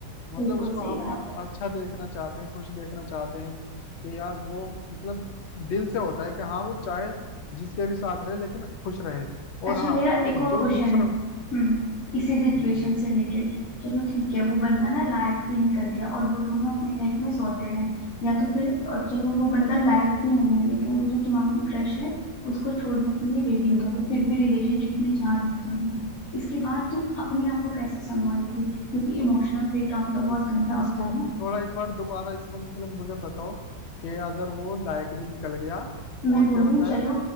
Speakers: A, on the left; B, on the left.
A: मतलब
B: बिल्कुल
A: उसको
B: सही
A: हम
B: बात
A: ना
B: है
A: अच्छा देखना चाहते हैं खुश देखना चाहते हैं कि यार वो मतलब दिल से होता है कि हाँ वो चाहे जिसके भी साथ रहे लेकिन खुश रहे
B: अच्छा
A: और हाँ
B: मेरा एक
A: जो
B: और क्वेश्चन
A: दूसरा
B: है हम्म इसी सिचुएशन
A: हम्म,
B: से रिलेटेड चलो ठीक है वो बंदा ना लायक भी निकल गया और वो दोनों अपनी लाइफ में सॉर्टेड हैं या तो फिर अ, चलो वो बंदा लायक भी नहीं है लेकिन वो जो तुम्हारा क्रश है उसको छोड़ने के लिए रेडी है वो फिर भी रिलेशनशिप में जा रहे हैं दोनों इसके बाद तुम अपने आप को कैसे संभालोगे क्योंकि इमोशनल ब्रेकडाउन तो बहुत
A: इस
B: गंदा होता
A: इसको
B: है ना
A: थोड़ा एक बार दोबारा इसको मतलब मुझे बताओ कि अगर वो लायक भी निकल गया
B: मैं
A: और
B: बोल
A: क्या
B: रही
A: बताया
B: हूँ चलो